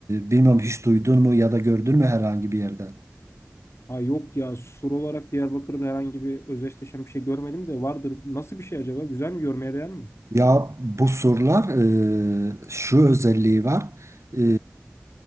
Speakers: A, on the right (about 70°); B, on the left (about 60°).
A: bilmiyorum hiç duydun mu ya da gördün mü herhangi bir yerden?
B: ay yok ya sur olarak Diyarbakır'da herhangi bir özdeşleşen bir şey görmedim de vardır. Nasıl bir şey acaba? Güzel mi? Görmeye değer mi?
A: Ya bu surlar e, şu özelliği var. E,